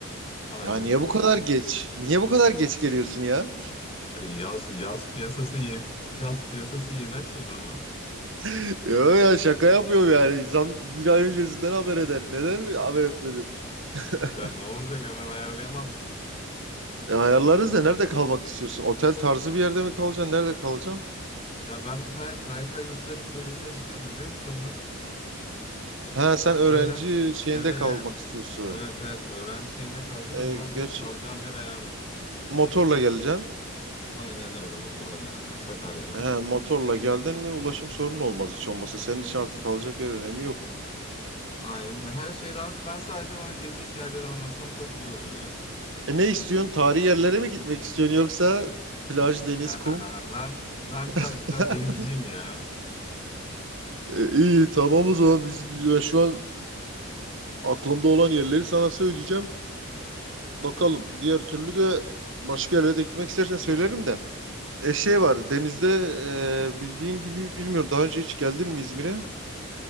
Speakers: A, on the left (about 25°); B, on the right (about 60°).
A: Aynen
B: Ya niye
A: öyle.
B: bu kadar geç? Niye bu kadar geç geliyorsun ya?
A: Yani yaz, yaz piyasası yeni, yaz piyasası yeni açıldı ama.
B: <laughs> Yo ya şaka yapıyorum yani. İnsan bir ay öncesinden haber eder. Neden haber etmedin? <laughs>
A: <laughs> Ya ne olacak hemen ayarlayamaz mısın
B: E, ayarlarız da nerede kalmak istiyorsun? Otel tarzı bir yerde mi kalacaksın? Nerede kalacaksın?
A: Ya ben bir tane KYK yurtları projesi açılıyordu biliyor musun onu?
B: Ha sen öğrenci
A: Öğren.
B: şeyinde
A: Evet.
B: kalmak istiyorsun.
A: Evet evet. Öğrenci şeyinde kalacağım.
B: E,
A: Ondan dolayı
B: gerçi
A: kalacağım yer ayarlı.
B: motorla geleceksin.
A: Aynen öyle. Motorla geleceğim Sakarya'dan.
B: He, motorla geldin mi ulaşım sorunu olmaz hiç olmasa. Senin için artık kalacak yer önemi yok.
A: Aynen. Her şey rahat. Ben sadece bana gezecek yerleri anlatsan çok güzel olur ya.
B: E ne istiyorsun? Tarihi yerlere mi gitmek istiyorsun yoksa plaj, deniz,
A: Aa,
B: kum?
A: ben ben birazcık
B: <laughs>
A: daha denizciyim ya.
B: E, iyi tamam o zaman biz ben şu an aklımda olan yerleri sana söyleyeceğim. Bakalım diğer türlü de başka yerlere de gitmek istersen söylerim de. E şey var denizde e, bildiğin gibi bilmiyorum daha önce hiç geldin mi İzmir'e?